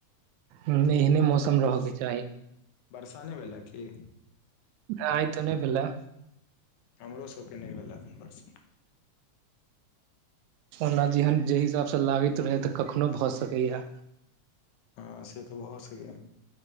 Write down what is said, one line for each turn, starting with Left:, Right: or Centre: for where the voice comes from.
Right: ह एहने मौसम रहयके चाही।
Left: बरसानै भला की
Right: आयत नै भेला
Left: हमरो सबके नै भेला बरस।
Right: ओना जेहन जेहि हिसाबसँ लागैत रहै तऽ कखनो भऽ सकैए।
Left: हँ से तऽ भऽ सकै या